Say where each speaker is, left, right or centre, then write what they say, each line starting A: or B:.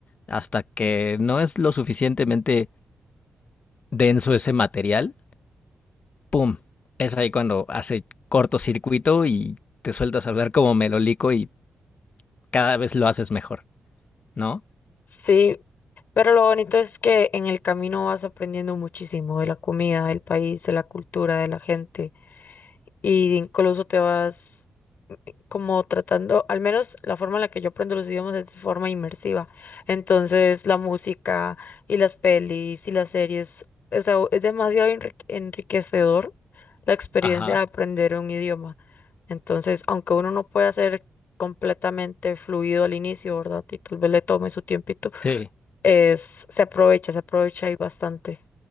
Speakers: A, on the left; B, on the left.
A: hasta que no es lo suficientemente denso ese material, ¡pum! Es ahí cuando hace cortocircuito y te sueltas a hablar como melolico y cada vez lo haces mejor, ¿no?
B: Sí, pero lo bonito es que en el camino vas aprendiendo muchísimo de la comida, del país, de la cultura, de la gente, y incluso te vas eh, como tratando, al menos la forma en la que yo aprendo los idiomas es de forma inmersiva. Entonces, la música y las pelis y las series, o sea, es demasiado enri- enriquecedor la experiencia
A: Ajá,
B: de aprender un idioma. Entonces, aunque uno no pueda hacer completamente fluido al inicio, ¿verdad? Y tal vez le tome su tiempito.
A: sí,
B: Es, se aprovecha, se aprovecha ahí bastante.